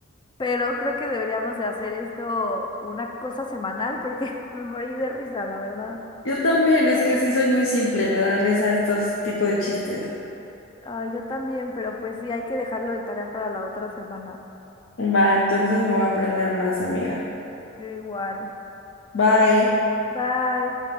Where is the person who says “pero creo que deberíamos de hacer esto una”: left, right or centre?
Left